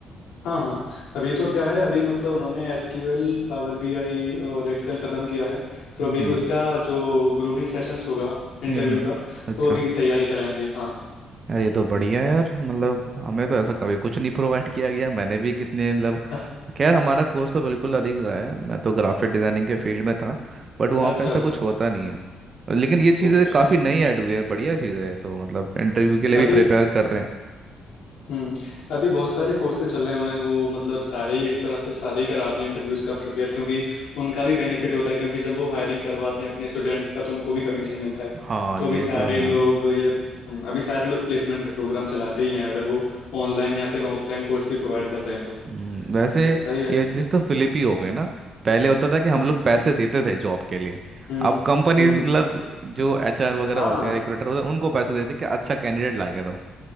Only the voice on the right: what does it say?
हम्म
हम्म हम्म,
अच्छा
यार ये तो बढ़िया है यार मतलब हमें तो ऐसा कभी कुछ नहीं प्रोवाइड किया गया मैंने भी कितने मतलब
खैर हमारा कोर्स तो बिल्कुल अलग रहा है मैं तो ग्राफिक डिज़ाइनिंग के फील्ड में था बट वहाँ
पे ऐसा
कुछ होता नहीं है लेकिन ये चीज़ें
काफ़ी नई ऐड हुई है बढ़िया चीज़ें है तो मतलब इंटरव्यू के लिए
भी प्रिपेयर कर रहे हैं
हाँ
ये
तो है
हम्म, वैसे
ये चीज़ तो फिलिप ही हो गई ना पहले होता था कि हम
लोग पैसे देते थे जॉब के लिए
अब कंपनीज
मतलब जो एचआर वगैरह
होते हैं रिक्रूटर होते हैं उनको पैसे देते हैं कि अच्छा कैंडिडेट ला के दो